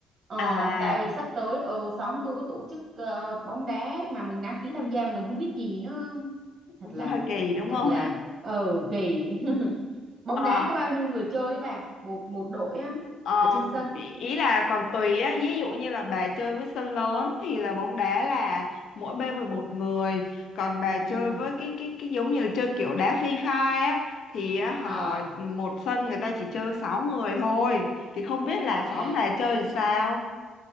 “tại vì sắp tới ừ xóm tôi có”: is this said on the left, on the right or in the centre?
Right